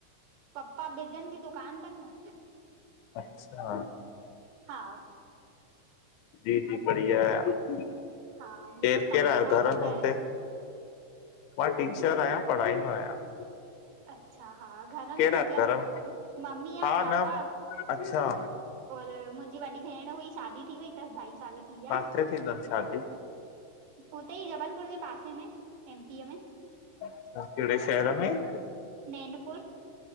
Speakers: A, on the right (about 70°); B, on the left (about 80°).
A: पपा बिजन जी दुकान तन न।
B: अच्छा।
A: हा।
B: जी जी बढिया, केर
A: हा ॿियो तव्हां
B: केर आयो
A: छा
B: घर
A: कंदा
B: में हुते।
A: आहियो
B: मां टीचर आहयां पढ़ाईंदो आहयां।
A: अच्छा, हा घर में
B: आहे
A: मतलब
B: घर में
A: मम्मी
B: हा
A: आ पापा।
B: न अच्छा।
A: और मुंहजी वॾी भेण हुई शादी थी वई तस ढाई साल थी विया
B: काथे थी तन शादी?
A: उते ई जबलपुर जे पासे में, एमपीअ में।
B: अच्छा केड़े शहर में?
A: नैनपुर।